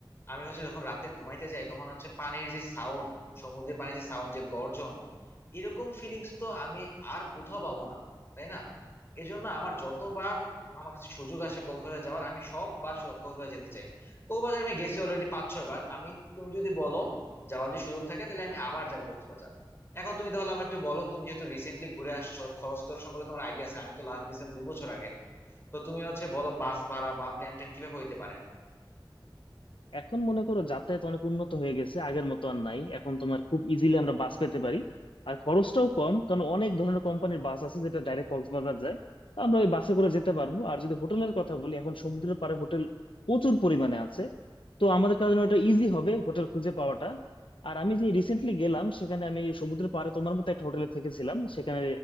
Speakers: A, on the left; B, on the left.
A: আমি হচ্ছে যখন রাতে ঘুমাইতে যাই তখন হচ্ছে পানির যে সাউন্ড সমুদ্রের পানির যে সাউন্ড যে গর্জন এরকম ফিলিংস তো আমি আর কোথাও পাবো না তাই না এজন্য আমার যতবার আমার কাছে সুযোগ আসে কক্সবাজার যাওয়ার আমি সববার স- কক্সবাজার যেতে চাই কক্সবাজার আমি গেছি অলরেডি পাঁচ ছয় বার আমি তুমি যদি বলো যাওয়ার যে সুযোগ থাকে তাহলে আমি আবার যাবো কক্সবাজার এখন তুমি তাহলে আমাকে একটু বলো তুমি যেহেতু রিসেন্টলি ঘুরে আসছো খরচ তোর সম্পর্কে তোমার আইডিয়া আছে আমি তো লাস্ট গেছিলাম দুই বছর আগে তো তুমি হচ্ছে বলো বাস ভাড়া বা প্ল্যান ট্যান কিভাবে হইতে পারে
B: এখন মনে করো যাতায়াত অনেক উন্নত হয়ে গেছে আগের মতো আর নাই এখন তোমার খুব ইজিলি আমরা বাস পেতে পারি আর খরচটাও কম কারণ অনেক ধরনের কোম্পানির বাস আছে যেটা ডাইরেক্ট কক্সবাজার যায় তো আমরা ওই বাসে করে যেতে পারবো আর যদি হোটেলের কথা বলি এখন সমুদ্রের পাড়ে হোটেল প্রচুর পরিমাণে আছে তো আমাদের কারণে ওটা ইজি হবে হোটেল খুঁজে পাওয়াটা আর আমি যে রিসেন্টলি গেলাম সেখানে আমি সমুদ্রের পাড়ে তোমার মতো একটা হোটেলে থেকেছিলাম সেখানে